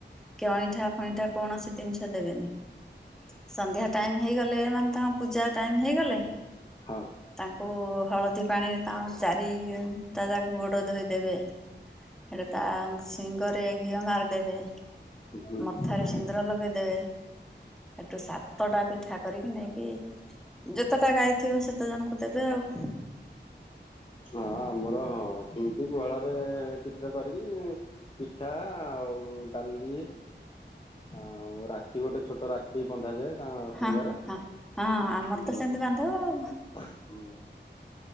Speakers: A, in the centre; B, on the left (about 30°).
A: କି ଅଇଁଠା ଫଇଁଠା କୌଣସି ଜିନିସ ଦେବେନି। ସନ୍ଧ୍ୟା ଟାଇମ ହେଇଗଲେ, ମାନେ ତାଙ୍କ ପୂଜା ଟାଇମ ହେଇଗଲେ
B: ହଁ
A: ତା ଓ ହଳଦୀ ପାଣିରେ ତାଙ୍କ ଚାରିଟା ଜାକ ଗୋଡ଼ ଧୋଇଦେବେ। ସେଠୁ ତା ଶିଙ୍ଗରେ ଘିଅ ମାରିଦେବେ
B: ହୁଁ
A: ମଥାରେ
B: ହଁ
A: ସିନ୍ଦୁର ଲଗେଇଦେବେ, ସେଠୁ ସାତଟା ପିଠା କରିକି ନେଇକି ଯେତେଟା ଗାଈ ଥିବ ସେତେ ଜଣଙ୍କୁ ଦେବେ ଆଉ
B: ହଁ ଆମର ହଁ ସେମତି ଗୁହାଳରେ ଚିତ୍ର କରିକି ପିଠା ଆଉ ଡାଲି ଆଉ ରାକ୍ଷୀ ଗୋଟେ ଛୋଟ ରା କି ବନ୍ଧାଯାଏ ତାଙ୍କ
A: ହଁ
B: ଶିଙ୍ଗରେ
A: ହଁ ହଁ ଆମର
B: ହୁଁ
A: ତ ସେମିତି ବାନ୍ଧିବ ଆଉ
B: ହଁ